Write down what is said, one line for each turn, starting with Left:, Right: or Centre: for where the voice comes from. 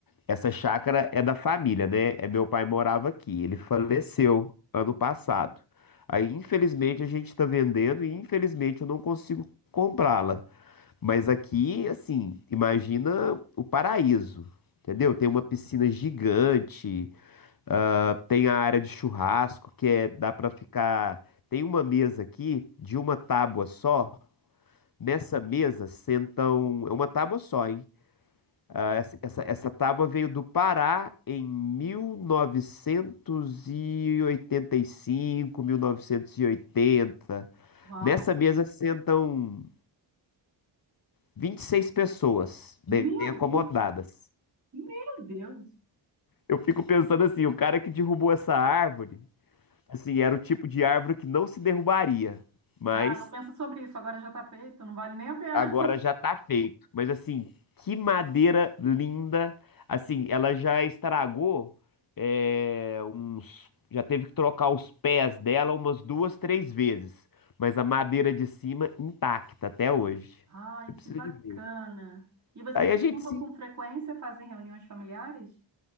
Left: essa chácara é da família, né? É meu pai morava aqui. Ele faleceu ano passado. Aí, infelizmente, a gente está vendendo e infelizmente eu não consigo comprá-la. Mas aqui, assim, imagina o paraíso, entendeu? Tem uma piscina gigante, ah, tem a área de churrasco, que é, dá pra ficar. Tem uma mesa aqui de uma tábua só. Nessa mesa sentam. É uma tábua só, hein? Ah, essa, essa, essa tábua veio do Pará em 1985, 1980.
Right: Uau!
Left: Nessa mesa sentam 26 pessoas bem
Right: Meu
Left: bem acomodadas.
Right: Deus, meu Deus.
Left: Eu fico pensando assim, o cara que derrubou essa árvore, assim, era o tipo de árvore que não se derrubaria, mas
Right: Ah, não pensa sobre isso, agora já está feito, não vale nem a pena.
Left: agora já tá feito. Mas assim, que madeira linda, assim, ela já estragou é, uns, já teve que trocar os pés dela umas duas, três vezes, mas a madeira de cima intacta até hoje.
Right: Ai,
Left: Eu preciso
Right: que bacana.
Left: de ver.
Right: E vocês
Left: Aí
Right: se
Left: a gente
Right: juntam
Left: se
Right: com frequência, fazem reuniões familiares?